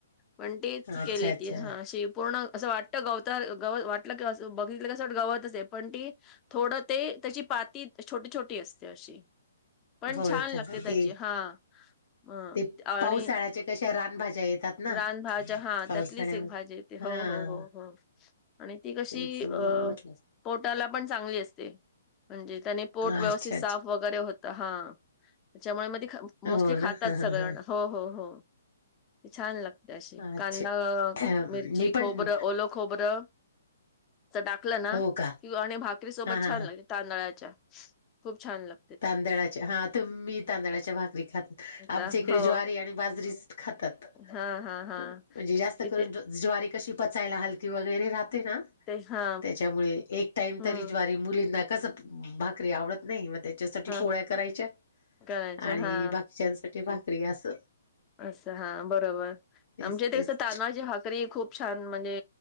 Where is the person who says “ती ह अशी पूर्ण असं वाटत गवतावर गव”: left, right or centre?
Left